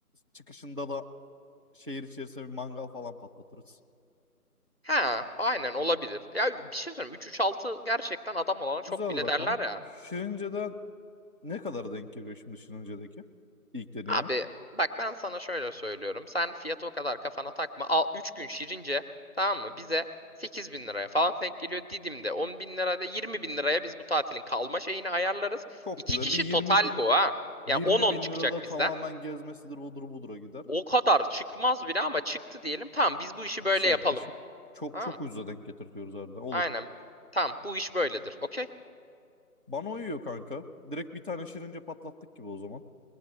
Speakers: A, on the right; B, on the left.
A: çıkışında da şehir içerisinde bir mangal falan patlatırız.
B: Ha aynen olabilir. Ya bir şey söyleyeyim 3 3 6 gerçekten adam olana çok
A: Güzel
B: bile
A: rakam.
B: derler ya.
A: Şirince'den Ne kadara denk geliyor şimdi Şirince'deki? İlk dediğin
B: Abi
A: yer.
B: bak ben sana şöyle söylüyorum. Sen fiyatı o kadar kafana takma. Al 3 gün şirince tamam mı? Bize 8 bin liraya falan denk geliyor. Didim'de 10 bin lirada 20 bin liraya biz bu tatilin kalma şeyini ayarlarız.
A: Çok
B: iki
A: güzel.
B: kişi
A: Bir 20
B: total
A: bi-
B: bu ha.
A: 20
B: Yani 10-10
A: bin
B: çıkacak
A: lirada
B: bizden.
A: tamamen gezmesidir odur budura gider.
B: O kadar çıkmaz bile ama çıktı diyelim. Tamam biz bu işi
A: İkişer
B: böyle yapalım.
A: kişi. Çok
B: Tamam.
A: çok ucuza denk getirtiyoruz harbiden. Olur.
B: Aynen. Tamam. Bu iş böyledir. Okey?
A: Bana uyuyor kanka. Direkt bir tane Şirince patlattık gibi o zaman.